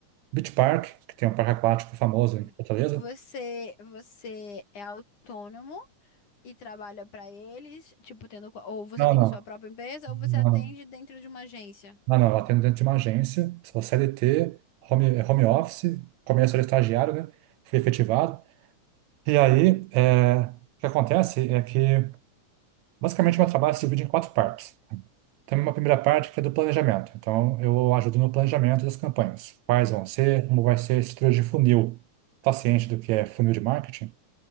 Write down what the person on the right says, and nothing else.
Beach Park, que tem um parque aquático famoso
em Fortaleza.
Não,
não,
não,
não,
não, não, eu atendo dentro de uma agência, sou CLT, home, é home office, começo era estagiário, né? Fui efetivado. E aí, eh, o que acontece é que, basicamente, meu trabalho se divide em quatro partes. Tem uma primeira parte que é do planejamento. Então, eu ajudo no planejamento das campanhas. Quais vão ser, como vai ser a estrutura de funil. Está ciente do que é funil de marketing?